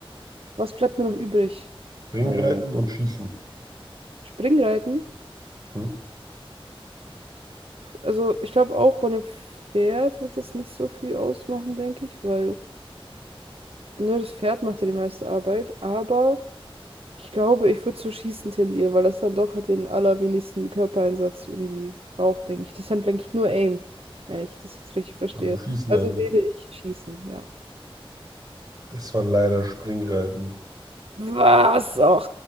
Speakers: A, on the right; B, on the right.
A: Was bleibt mir noch übrig?
B: Springreiten
A: Äh,
B: und Schießen.
A: Springreiten.
B: Hm?
A: Also ich glaube auch bei einem Pferd wird das nicht so viel ausmachen, denke ich, weil ne, das Pferd macht ja die meiste Arbeit, aber... Ich glaube, ich würde zu Schießen tendieren, weil das dann doch den allerwenigsten Körpereinsatz irgendwie braucht, denke ich. Das ist dann, denke ich, nur Aim, wenn ich das jetzt richtig verstehe.
B: Also Schießen
A: Also
B: einloggen.
A: wähle ich Schießen, ja.
B: Das war leider Springreiten.
A: Was? Och.